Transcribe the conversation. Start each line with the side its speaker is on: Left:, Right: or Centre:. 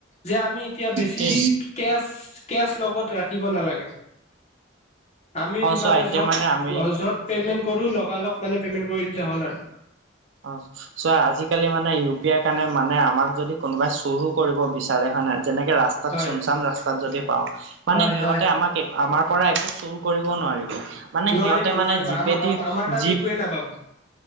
Left: যে আমি এতিয়া বেছি
Right: কি
Left: কে কেচ লগত ৰাখিব নালাগে। আমি
Right: অ চোৱা
Left: মানে
Right: এতিয়া
Left: য'ত
Right: আমি
Left: য'ত পেমেন্ট কৰো লগা লগ মানে পেমেন্ট কৰি দিলে হ'ল আৰু।
Right: অহ। চোৱা আজিকালি মানে ইউ পি আইৰ কাৰণে মানে আমাক যদি কোনোবাই চুৰো কৰিব বিচাৰে হয় নাই যেনেকে ৰা- তাত
Left: হয়
Right: চুন চান ৰাস্তাত যদি পাওঁ মানে
Left: হয়
Right: সিহঁতে
Left: হয়
Right: আমাক এট- আমাৰ পৰা একো চুৰ কৰিব নোৱাৰিব, মানে
Left: নোৱাৰিব
Right: সিহঁতে
Left: নোৱাৰিব
Right: মানে জিপেদি
Left: আম আমাৰ তাত
Right: জীপ-
Left: একোৱে নাপাব।